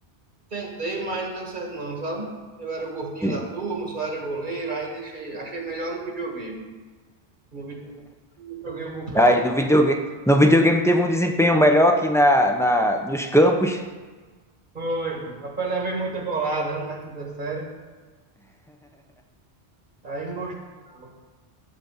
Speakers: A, on the right; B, in the centre.
A: tentei, mas não deu certo não, sabe? Eu era o gordinho
B: Sim.
A: da turma, só era goleiro, aí deixei, achei melhor no videogame. No videogame Joguei um bocado.
B: Aí no videogame, no videogame teve um desempenho melhor aqui na, na, nos campos.
A: Foi, pô. Rapaz, levei muita bolada né, na quinta série. Aí não gostei, não.